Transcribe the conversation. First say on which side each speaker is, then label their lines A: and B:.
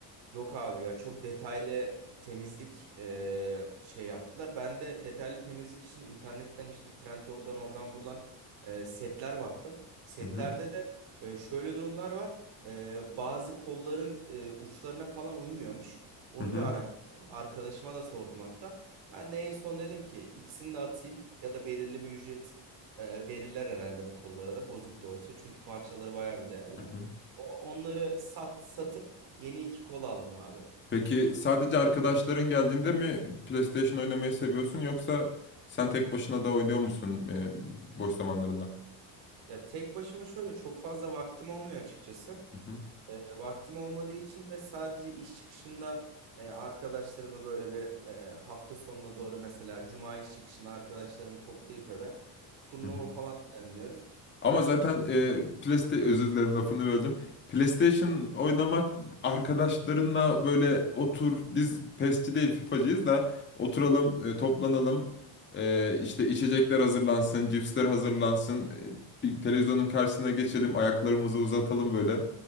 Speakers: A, on the right (about 65°); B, on the left (about 25°).
A: Yok abi ya çok detaylı temizlik eee, şey yaptılar. Ben de detaylı temizlik için internetten işte Trendyol'dan oradan buradan eee, setler baktım. Setlerde
B: Hı hı.
A: de eee, şöyle durumlar var. Eee, bazı kolların eee, uçlarına falan uymuyormuş. Onu
B: Hı hı.
A: bir araştırdım. Arkadaşıma da sordum hatta. Ben de en son dedim ki ikisini de atayım ya da belirli bir ücret eee, verirler herhalde bu kollara da bozuk da olsa. Çünkü parçaları bayağı bir değerli.
B: Hı hı.
A: O- Onları sat satıp Yeni iki kol aldım abi.
B: Peki sadece arkadaşların geldiğinde mi PlayStation oynamayı seviyorsun yoksa sen tek başına da oynuyor musun e, boş zamanlarında?
A: Ya tek başıma şöyle çok fazla vaktim olmuyor açıkçası.
B: Hı hı,
A: E, vaktim olmadığı için de sadece iş çıkışında e, arkadaşlarımı böyle bir e, hafta sonuna doğru mesela cuma iş çıkışında arkadaşlarımı toplayıp eve turnuva
B: hı hı.
A: falan düzenliyoruz.
B: Ama
A: Bayağı
B: zaten
A: da keyifli
B: e, PlayStation özür dilerim lafını böldüm. PlayStation oynamak arkadaşlarınla böyle otur biz PES'çi değil FIFA'cıyız da oturalım e, toplanalım e, işte içecekler hazırlansın cipsler hazırlansın e, bir televizyonun karşısına geçelim ayaklarımızı uzatalım böyle.